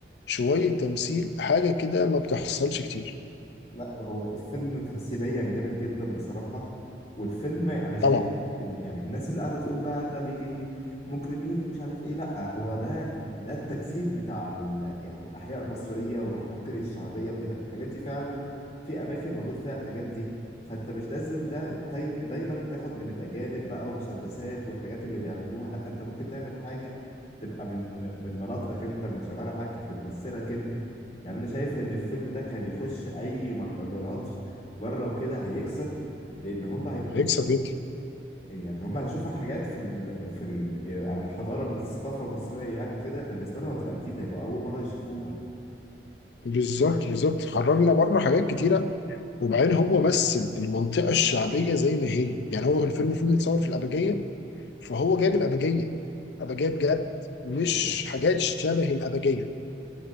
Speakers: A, on the left (about 70°); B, on the left (about 35°).
A: شويه تمثيل حاجه كده ما بتحصلش كتير
B: لا هو الفيلم تمثيليا جامد جدا بصراحة والفيلم أنا شايف
A: طبعا
B: إن يعني الناس اللي قاعدة تقول بقى ده بي مجرمين ومش عارف إيه لا هو ده ده التجسيد بتاع ال يعني الأحياء المصرية والأماكن الشعبية وكده الحاجات دي فعلا في أماكن موجود فيها الحاجات دي فأنت مش لازم ده تاي- دايما تاخد من الأجانب بقى ومسدسات والحاجات اللي بيعملوها لا أنت ممكن تعمل حاجة تبقى من من مناطقك أنت من شوارعك بتمثلك أنت يعني انا شايف ان الفيلم ده كان يخش اي مهرجانات بره وكده هيكسب لان هم هيبقوا
A: هيكسب جدا
B: يعني هم هيشوفوا حاجات في ال... في ال... عن الحضاره الم- الثقافه المصريه يعني وكده بالنسبه لهم هتبقى جديده هيبقى اول مره يشوفوها
A: بالظبط بالظبط خرجنا بره حاجات كتيره وبعدين هو مثل المنطقه الشعبيه زي ما هي يعني هو في الفيلم الفيلم متصور في الابجيه فهو جايب الابجيه الابجيه بجد مش
B: ايوه
A: حاجات شبه الابجيه